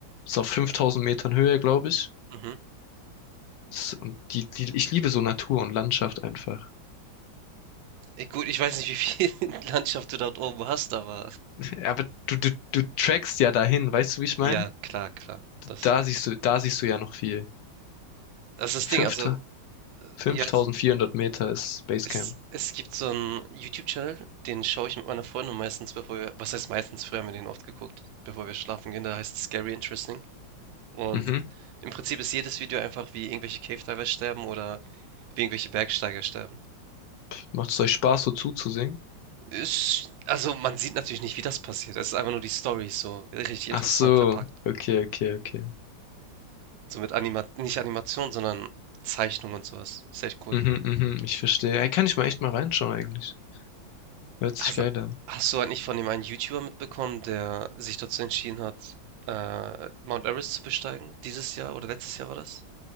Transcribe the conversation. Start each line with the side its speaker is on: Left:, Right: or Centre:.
Left: Ist auf 5000 Metern Höhe, glaube ich.
Right: Mhm.
Left: Das, und die, die, ich liebe so Natur und Landschaft einfach.
Right: Äh, gut, ich weiß nicht, wie viel <laughs> Landschaft du dort oben hast, aber
Left: Ja, Aber du, du, du trackst ja dahin, weißt du, wie ich
Right: ja,
Left: meine?
Right: klar, klar. Das,
Left: Da siehst du, da siehst du ja noch viel.
Right: das ist das
Left: Fünfter,
Right: Ding. Also,
Left: 5400
Right: ja,
Left: Meter ist Basecamp.
Right: es, es gibt so einen YouTube-Channel, den schaue ich mit meiner Freundin meistens, bevor wir, was heißt meistens, früher haben wir den oft geguckt, bevor wir schlafen gehen, der heißt Scary Interesting. Und
Left: Mhm.
Right: im Prinzip ist jedes Video einfach, wie irgendwelche Cave Diver sterben oder wie irgendwelche Bergsteiger sterben.
Left: Macht es euch Spaß, so zuzusehen?
Right: Ist, also man sieht natürlich nicht, wie das passiert. Es ist einfach nur die Story so richtig interessant
Left: Ach so,
Right: verpackt.
Left: okay, okay, okay.
Right: So mit Anima nicht Animation, sondern Zeichnung und sowas. Ist echt cool.
Left: Mhm, mhm, ich verstehe. Ey, kann ich mal echt mal reinschauen eigentlich. Hört sich
Right: Hast,
Left: geil an.
Right: hast du halt nicht von dem einen YouTuber mitbekommen, der sich dazu entschieden hat, äh, Mount Everest zu besteigen? Dieses Jahr oder letztes Jahr war das?